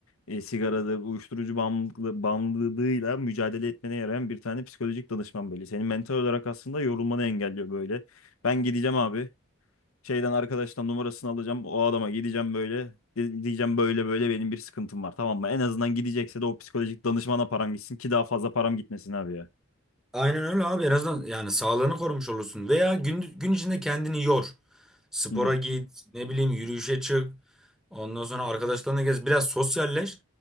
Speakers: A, on the left (about 75°); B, in the centre.
A: e, sigaradır, uyuşturucu bağımlılığı, bağımlılığıyla mücadele etmene yarayan bir tane psikolojik danışman böyle. Senin mental olarak aslında yorulmanı engelliyor böyle. Ben gideceğim abi. Şeyden arkadaştan numarasını alacağım. O adama gideceğim böyle. Di- Diyeceğim böyle böyle benim bir sıkıntım var tamam mı? En azından gidecekse de o psikolojik danışmana param gitsin ki daha fazla param gitmesin abi ya.
B: Aynen öyle abi en azından yani sağlığını korumuş olursun. Veya gün, gün içinde kendini yor. Spora
A: Hı hı.
B: git, ne bileyim yürüyüşe çık. Ondan sonra arkadaşlarına gez, biraz sosyalleş.